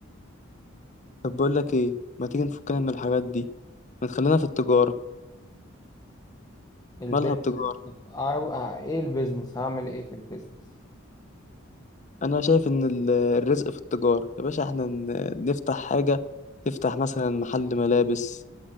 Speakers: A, on the left (about 35°); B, on the left (about 15°).
A: طب بقول لك ايه ما تيجي نفكنا من الحاجات دي ما تخلينا في التجارة
B: البيزنس
A: مالها التجارة
B: عاو- آه، ايه البيزنس هعمل ايه في البيزنس
A: انا شايف ان ال- الرزق في التجارة يا باشا احنا ن- نفتح حاجة نفتح مثلا محل ملابس